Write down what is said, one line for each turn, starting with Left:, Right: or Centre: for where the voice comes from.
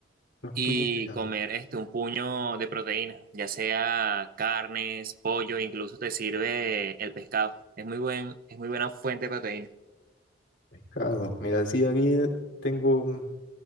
Left: Las
Right: y
Left: tuñas veganas.
Right: comer este un puño de proteína, ya sea carnes, pollo, incluso te sirve el pescado. Es muy buen, es muy buena fuente de proteína.
Left: Pescado. Mira, sí, aquí tengo, mm,